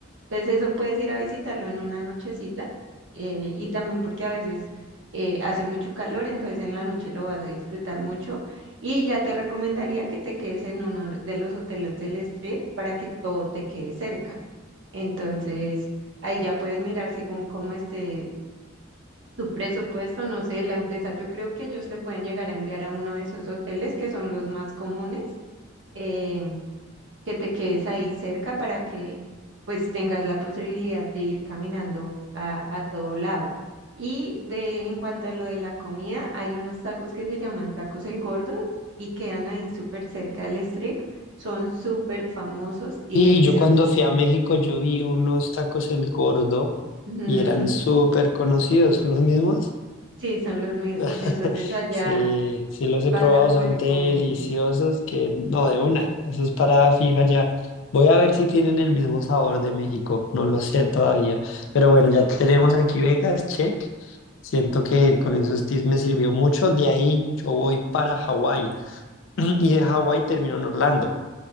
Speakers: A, on the right; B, on the left.
A: Entonces eso puedes ir a visitarlo en una nochecita eh, y también porque a veces eh, hace mucho calor, entonces en la noche lo vas a disfrutar mucho y ya te recomendaría que te quedes en uno de los hoteles del strip para que todo te quede cerca. Entonces, ahí ya puedes mirar según cómo esté tu presupuesto, no sé, la empresa. Yo creo que ellos te pueden llegar a enviar a uno de esos hoteles que son los más comunes, eh, que te quedes ahí cerca para que pues tengas la posibilidad de ir caminando a, a todo lado. Y de en cuanto a lo de la comida, hay unos tacos que se llaman tacos El Gordo y quedan ahí súper cerca del strip. Son súper famosos y
B: Y
A: deliciosos.
B: yo cuando fui a México yo vi unos tacos El Gordo
A: Ujú.
B: y eran súper conocidos, ¿son los mismos?
A: Sí, son los mismos.
B: <laughs>
A: Entonces allá
B: Sí, sí los he
A: vas
B: probado,
A: a poder
B: son deliciosos
A: comer.
B: que no de una, eso es parada fija ya. Voy a ver si tienen el mismo sabor de México, no lo sé todavía, pero bueno, ya tenemos aquí Vegas, check. Siento que con esos tips me sirvió mucho, de ahí yo voy para Hawái <clears throat> y de Hawái termino en Orlando.